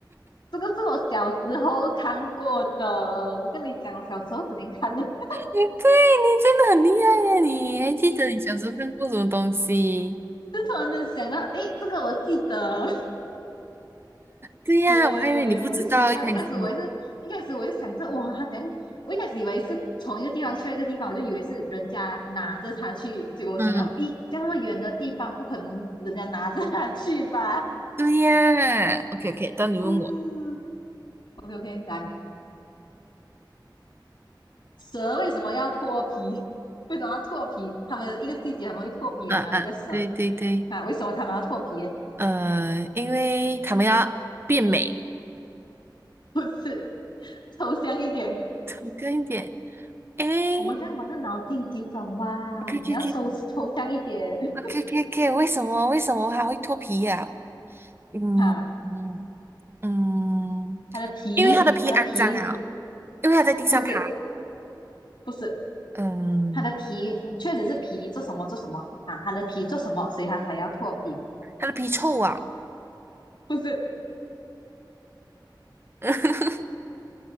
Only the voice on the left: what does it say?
这个是我小时候看过的。我跟你讲，我小时候只能看的。<laughs>
就突然间想到，诶，这个我记得
耶
yeah, 我就奇怪，一开始我也是，一开始我就想着，哇，他怎样？我一开始以为是从一个地方去到一个地方，我就以为是人家拿着它去，结果我想到，
咦，这样那么远的地方，不可能人家拿着它去吧？
<laughs>
嗯，OK OK，来，蛇为什么要脱皮？为什么要脱皮？他们一个季节很们会脱皮的嘛？
那个蛇
啊，为什么他们要脱皮？
不是，抽象一点，
我们在玩的脑筋急转弯，
你要抽抽象一点
哈。
它的皮，
它的皮
不是不是，
它的皮确实是皮做什么做什么啊？它的皮做什么，所以它才要脱皮？
不是